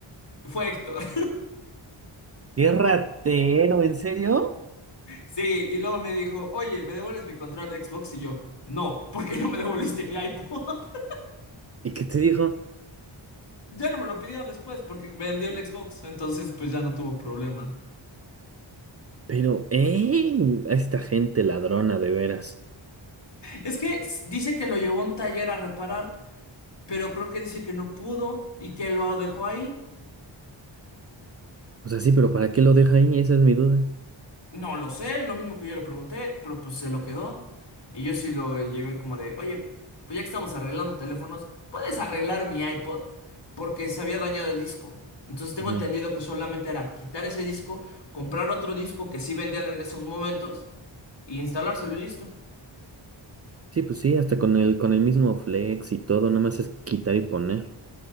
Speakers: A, on the left; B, on the right.
A: fue Héctor.
B: ¡Qué ratero! ¿En serio?
A: Sí, y luego me dijo, oye, ¿me devuelves mi control de Xbox? Y yo, no, ¿por qué no me devolviste mi iPod? <laughs>
B: ¿Y qué te dijo?
A: Ya no me lo pidió después porque vendió el Xbox, entonces pues ya no tuvo problema.
B: Pero, ¿eh? A esta gente ladrona, de veras.
A: Es que s- dice que lo llevó a un taller a reparar, pero creo que dice que no pudo y que lo dejó ahí.
B: O sea, sí, pero ¿para qué lo deja ahí? Esa es mi duda.
A: No lo sé, lo mismo que yo le pregunté, pero pues se lo quedó. Y yo sí lo llevé como de, oye, pues ya que estamos arreglando teléfonos, ¿puedes arreglar mi iPod? Porque se había dañado el disco. Entonces tengo
B: Ujú.
A: entendido que solamente era quitar ese disco, comprar otro disco que sí vendían en esos momentos y instalárselo y listo.
B: Sí, pues sí, hasta con el, con el mismo flex y todo, nada más es quitar y poner.